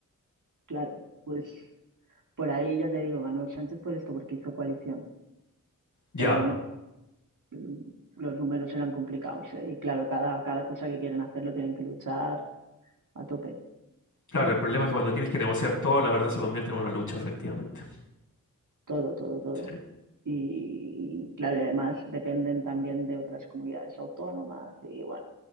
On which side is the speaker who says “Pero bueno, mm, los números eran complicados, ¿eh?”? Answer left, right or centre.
Right